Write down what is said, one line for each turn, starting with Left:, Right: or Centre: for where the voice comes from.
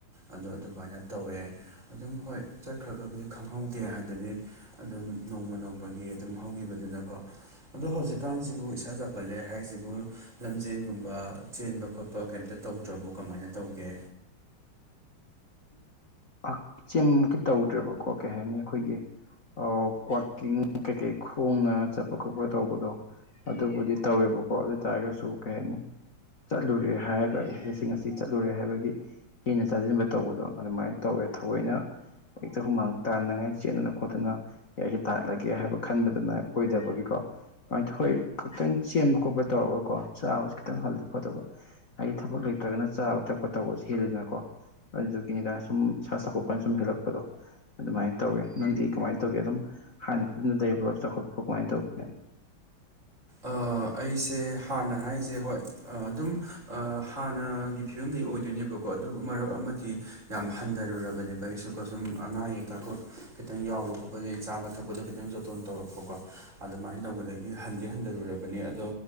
Right: ꯑꯗꯣ ꯑꯗꯨꯃꯥꯏꯅ ꯇꯧꯋꯦ ꯑꯗꯨꯝ ꯍꯣꯏ ꯆꯠꯈ꯭ꯔꯒꯕꯨꯗꯤ ꯈꯪꯍꯧꯗꯦ ꯍꯥꯏꯗꯨꯅꯤ ꯑꯗꯨꯝ ꯅꯣꯡꯃ ꯅꯣꯡꯃꯒꯤ ꯑꯗꯨꯝ ꯍꯧꯈꯤꯕꯗꯨꯅꯀꯣ ꯑꯗꯣ ꯍꯧꯖꯤꯛꯀꯥꯟꯁꯤꯕꯨ ꯏꯁꯥ ꯆꯥꯎꯈꯠꯂꯦ ꯍꯥꯏꯁꯤꯕꯨ ꯂꯝꯖꯦꯟꯒꯨꯝꯕ ꯆꯦꯟꯕ ꯈꯣꯠꯄ ꯀ ꯇꯧꯗ꯭ꯔꯕꯣ ꯀꯃꯥꯏꯅ ꯇꯧꯒꯦ
Left: ꯑꯗꯨꯝꯛꯆꯃꯨꯀꯤ ꯇꯧꯗ꯭ꯔꯦꯕꯀꯣ ꯀꯩ ꯍꯥꯏꯅꯤ ꯑꯩꯈꯣꯏꯒꯤ ꯀꯋꯥꯛꯀꯤꯡ ꯀꯩꯀꯩ ꯈꯣꯡꯅ ꯆꯠꯄ ꯈꯣꯠꯄ ꯇꯧꯕꯗꯣ ꯑꯗꯨꯕꯨꯗꯤ ꯇꯧꯋꯦꯕꯀꯣ ꯑꯗꯨ ꯑꯣꯏ ꯇꯥꯔꯒꯁꯨ ꯀꯩ ꯍꯥꯏꯅꯤ ꯆꯠꯂꯨꯔꯦ ꯍꯥꯏꯔꯒꯁꯤꯡ ꯑꯁꯤꯁꯤ ꯆꯠꯂꯨꯔꯦ ꯍꯥꯏꯕꯒꯤ ꯍꯦꯩꯅ ꯇꯥꯁꯤꯟꯕ ꯇꯧꯕꯗꯣ ꯑꯗꯨꯃꯥꯏꯅ ꯇꯧꯋꯦ ꯊꯑꯣꯏꯅ ꯍꯦꯛꯇ ꯍꯨꯃꯥꯡ ꯇꯥꯅꯉꯥꯏ ꯆꯦꯗꯅ ꯈꯣꯠꯇꯅ ꯑꯦ ꯑꯩꯁ ꯇꯥꯜꯂꯒꯦ ꯍꯥꯏꯕ ꯈꯟꯕꯗꯨꯅ ꯑꯣꯏꯗꯕꯒꯤꯀꯣ ꯁꯨꯃꯥꯏꯅ ꯊꯣꯏ ꯈꯛꯇꯪ ꯆꯦꯟꯕ ꯈꯣꯠꯄ ꯇꯧꯔꯒꯀꯣ ꯆꯥꯕꯁꯤꯦ ꯈꯤꯇꯪ ꯍꯜꯜꯂꯤ ꯐꯣꯠꯇꯕ ꯍꯥꯏꯗꯤ ꯊꯕꯛ ꯂꯩ ꯅꯠꯇ꯭ꯔꯒꯅ ꯆꯥꯕ ꯊꯛꯄ ꯇꯧꯕꯁꯨ ꯍꯦꯜꯂꯤꯗꯅꯀꯣ ꯑꯗꯨꯗꯨꯒꯤꯅꯤꯗ ꯁꯨꯝ ꯁꯥ ꯆꯥꯎꯈꯠꯄꯅ ꯁꯨꯝ ꯍꯦꯜꯂꯛꯄꯗꯣ ꯑꯗꯨꯃꯥꯏꯅ ꯇꯧꯋꯤ ꯅꯪꯗꯤ ꯀꯃꯥꯏꯅ ꯇꯧꯒꯦ ꯑꯗꯨꯝ ꯍꯥꯟꯅ ꯐꯤꯕꯝꯗ ꯂꯩꯕ꯭ꯔꯣ ꯆꯥꯎꯈꯠꯄ꯭ꯔꯣ ꯀꯃꯥꯏꯅ ꯇꯧꯒꯦ
Right: ꯑꯥ ꯑꯩꯁꯦ ꯍꯥꯟꯅ ꯍꯥꯏꯁꯦ ꯍꯣꯏ ꯑꯗꯨꯝ ꯍꯥꯟꯅꯒꯤ ꯐꯤꯕꯝꯗꯒꯤ ꯑꯣꯏꯗꯣꯏꯅꯦꯕꯀꯣ ꯀꯣ ꯑꯗꯨ ꯃꯔꯛ ꯑꯃꯗꯤ ꯌꯥꯝ ꯍꯟꯊꯔꯨꯔꯕꯅꯦꯕ ꯑꯩꯁꯨꯀꯣ ꯁꯨꯝ ꯑꯅꯥ ꯑꯌꯦꯛꯀꯈꯠ ꯈꯤꯇꯪ ꯌꯥꯎ ꯍꯧꯔꯛ ꯈꯣꯠꯄꯗꯒꯤꯩ ꯆꯥꯕ ꯊꯛꯄꯗ ꯈꯤꯇꯪ ꯆꯣꯇꯣꯟ ꯇꯧꯔꯛꯄꯀꯣ ꯑꯗꯨꯃꯥꯏꯅ ꯇꯧꯕꯗꯒꯤ ꯍꯟꯗꯤ ꯍꯟꯊꯔꯨꯔꯕꯅꯤ ꯑꯗꯣ